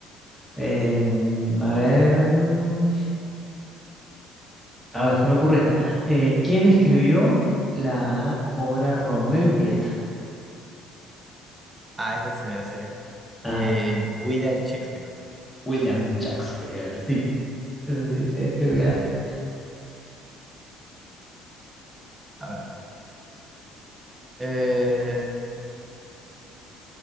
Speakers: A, in the centre; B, on the right.
A: Em, a ver, em, a ver, se me ocurre esta. Eh, ¿quién escribió la obra Romeo y Julieta?
B: Ah, ese sí me lo sé.
A: Ah,
B: Eh, William Shakespeare.
A: William Shakespeare. Sí, eso sí, le, le pegaste.
B: A ver. Eh,